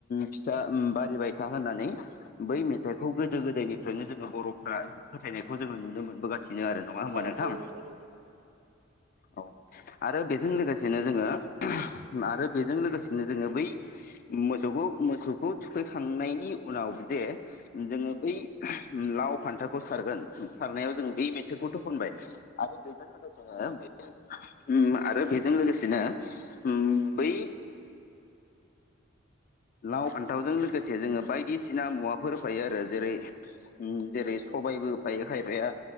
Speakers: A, on the left (about 45°); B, on the right (about 75°).
A: फिसा बारिबाय था होननानै बै मेथाइखौ गोदो गोदायनिफ्रायनो जोङो बर'फ्रा फोथायनायखौ जोङो नुनो मोनबोगासिनो आरो। नङा होमबा
B: औ
A: नोंथां?
B: औ नंगौ
A: औ आरो बेजों लोगोसेनो जोङो आरो बेजों लोगोसेनो जोङो बै मोसौखौ मोसौखौ थुखैखांनायनि उनाव जे जोङो बै लाव फान्थावखौ सारगोन सारनायाव जों बेै मेथाइखौथ' खनबाय आरो बेजों लोगोसेनो बे उम्म आरो बेजों लोगोसेनो उम्म बै लाव फान्थावजों लोगोसे जोङो बायदिसिना मुवाफोर होफायो आरो जेरै जेरै सबायबो होफायो खायफाया।